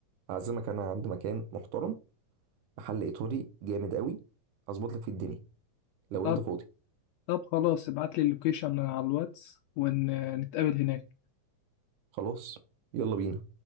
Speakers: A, on the right; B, on the left.
A: اعزمك انا عند مكان محترم محل ايطالي جامد قوي هظبط لك في الدنيا لو
B: طب
A: انت فاضي
B: طب خلاص ابعت لي اللوكيشن على الواتس ونتقابل هناك
A: خلاص يلا بينا